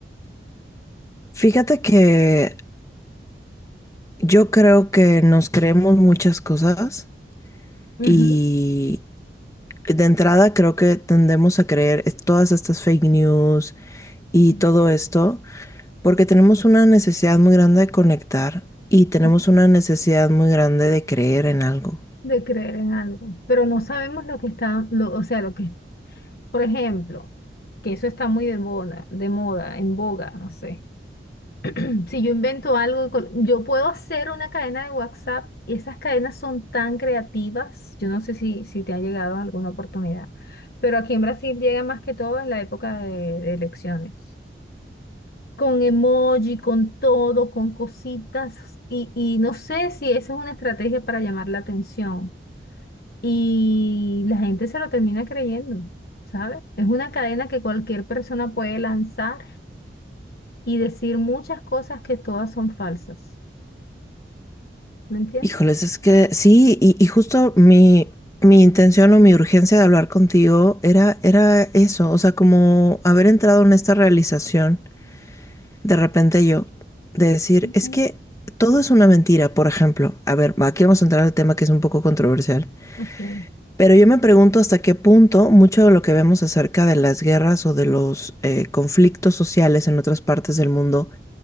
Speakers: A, on the left (about 20°); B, on the left (about 60°).
A: Fíjate que yo creo que nos creemos muchas cosas
B: Ujú.
A: y de entrada creo que tendemos a creer es- todas estas fake news y
B: Sí.
A: todo esto porque tenemos una necesidad muy grande de conectar y tenemos
B: Ok.
A: una necesidad muy grande de creer en algo.
B: de creer en algo, pero no sabemos lo que está, lo- o sea, lo que Por ejemplo, que eso está muy de moda, de moda, en boga, no sé. <clears throat> Si yo invento algo, con- yo puedo hacer una cadena de WhatsApp y esas cadenas son tan creativas. Yo no sé si, si te ha llegado en alguna oportunidad, pero aquí en Brasil llega más que todo en la época de, de elecciones. Con emoji, con todo, con cositas y, y no sé si esa es una estrategia para llamar la atención. Y la gente se lo termina creyendo, ¿sabes? Es una cadena que cualquier persona puede lanzar y decir muchas cosas que todas son falsas. ¿Me entiendes?
A: Híjoles, es que sí, y, y justo mi, mi intención o mi urgencia de hablar contigo era, era eso, o sea, como haber entrado en esta realización de repente yo, de decir,
B: Ujú,
A: es que todo es una mentira, por ejemplo. A ver, aquí vamos a entrar al tema que es un poco controversial.
B: Ok. ujú.
A: Pero yo me pregunto hasta qué punto mucho de lo que vemos acerca de las guerras o de los eh, conflictos sociales en otras partes del mundo